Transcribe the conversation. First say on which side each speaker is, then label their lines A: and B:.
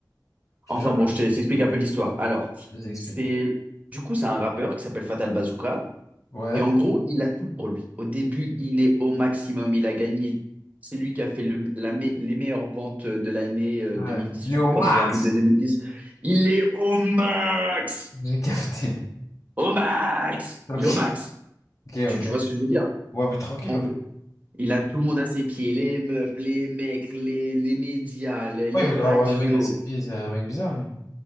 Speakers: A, on the left; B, on the right.
A: Je
B: Enfin
A: te jure
B: bon,
A: que
B: je
A: non.
B: te- je t'explique un peu l'histoire. Alors,
A: Je t'explique.
B: c'est du coup, c'est un rappeur qui s'appelle Fatal Bazooka.
A: Ouais.
B: Et en gros, il a tout pour lui. Au début, il est au maximum, il a gagné. C'est lui qui a fait le- la me- les meilleures ventes de l'année euh,
A: Ouais.
B: 2010,
A: Il
B: du
A: est au
B: coup,
A: max!
B: parce que c'est un film de 2010. Il est au max!
A: J'ai capté.
B: Au max!
A: <laughs>
B: Il est au max!
A: Ok,
B: Tu,
A: ok.
B: tu
A: ok.
B: vois ce que je veux dire?
A: Ouais, mais tranquille.
B: En
A: Ouais,
B: gros, il a tout le monde à ses pieds, les meufs, les mecs, les, les médias, les les
A: Ouais, il voudra
B: radios.
A: avoir les mecs à ses pieds, c'est un mec bizarre, lui.